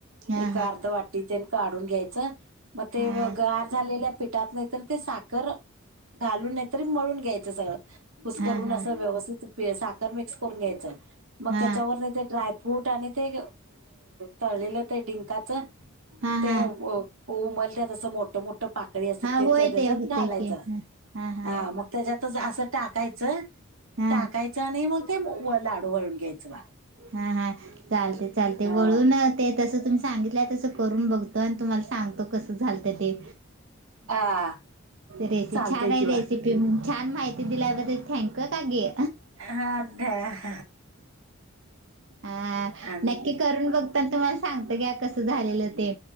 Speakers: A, on the right (about 60°); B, on the right (about 80°).
A: हा
B: एक अर्ध वाटी ते काढून घ्यायचं. मग ते
A: हा
B: गार झालेल्या पिठात नाहीतर ते साखर घालून नाहीतरी मळून घ्यायच. घ्यायचं कुस्करून
A: हा हा
B: अस
A: हा
B: व्यवस्थित साखर मिक्स करून घ्यायच मग
A: हा
B: त्याच्यावर ड्रायफ्रूट ने ते तळलेलं ते डिंकाच
A: हा
B: ते.
A: हा
B: उमलत्यात असं मोठ मोठ पाकळी असं
A: हा
B: ते
A: होय
B: त्याच्यात
A: होतय
B: घालायचं.
A: की हा हा हा
B: हा मग त्याच्यातच असं टाकायचं
A: हा
B: टाकायचं आणि मग ते लाडू वळून घ्यायचं. बा
A: हा हा चालते चालते
B: ह
A: वळून ते तस. तुम्ही सांगितलंय तसं करून बघतो आणि तुम्हाला सांगतो कसं झालत ते.
B: आ
A: रेस
B: चालतंय
A: छानान आहे
B: किंवा
A: रेसिपी रेसिपी छान माहिती दिल्याबद्दल थँक्यू काकी.
B: हा अ.
A: आ
B: आणि
A: नक्की करून बघता तुम्हाला सांगत कस झाल. झालेलं ते.